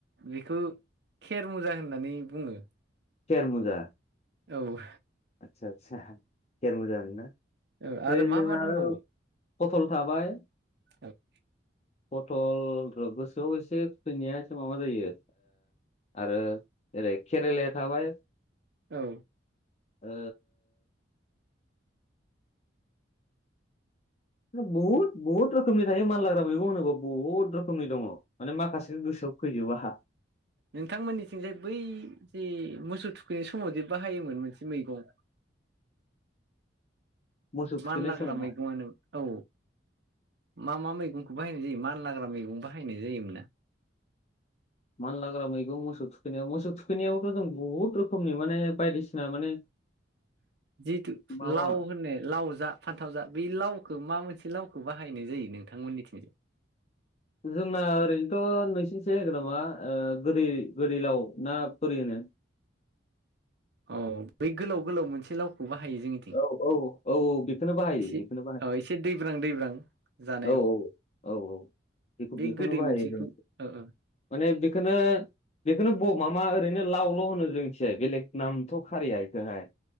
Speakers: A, on the right (about 60°); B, on the left (about 35°).
A: बेखौ खेरमुजा होननानै बुङो
B: खेरमुजा
A: औ
B: आदसा आदसा खेरमुजा होनोना
A: औ आरो मा मा दंबावो
B: <unintelligible> पथल थाबाय
A: औ <unintelligible>
B: पटल गोसोआव एसे फुैनाया एसे माबा जायो आरो ओरै केरेलाया थाबाय
A: औ
B: ओ बहुद बहुत रोखोमनि थायो मानलाग्रा मैगं होनांगौ बहुद रोखोमनि दङ। माने माखासे गोसोआव फैजोबो आंहा।
A: नोंथांमोननिथिं जे बै जे मोसौ थुखैनाय समाव जे बाहायोमोन मोनसे मैगं
B: <unintelligible> <inaudible> मोसौ थुखैनाय
A: मानलाग्रा
B: समावहाय
A: मैगंआनो औ। मा मा मैगंखौ बाहायनाय जायो मान लाग्रा मैगं बाहायनाय जायोमोन ना?
B: मानलाग्रा मैगं मोसौ थुखैनायाव मोसौ थुखैनायावथ' जों बुहुद रोखोमनि माने बायदिसिना माने
A: जिथु
B: माबा
A: लाव होन लाव जा फान्थाव जा बे लावखौ मा मोनसे लावखौ बाहायनाय जायो नोंथांमोननिथिंजाय?
B: जोंना ओरैनोथ' नोंसिनिसोगोन नामा गोदै गोदैलाव ना बोरै होनो? <unintelligible> <inaudible>
A: औ बे गोलाव गोलाव मोनसे लाव खौबो हायो जोंनिथिं
B: औ औ औ औ बेखौनो बाहायो
A: एसे
B: बेखौनो बाहायो
A: औ एसे दैब्रां दैब्रां। जानायाव
B: औ औ औ औ बेखौ
A: बे
B: बेखौनो
A: गोदै
B: बाहायो।
A: मोनसेखौ औ औ
B: माने बेखौनो बेखौनो नामा ओरैनो लावल' होनो जोंस बेलेग नामथ' खारिया बेखौहाय।